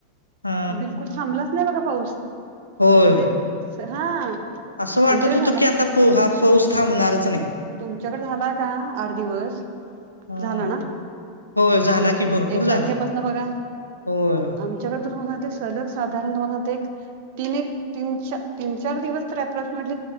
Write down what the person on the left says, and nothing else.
हा
होय
असं वाटत
होतं
की आता हा पाऊस थांबणारच नाही.
हा
होय झाला की भरपूर
झाला
होय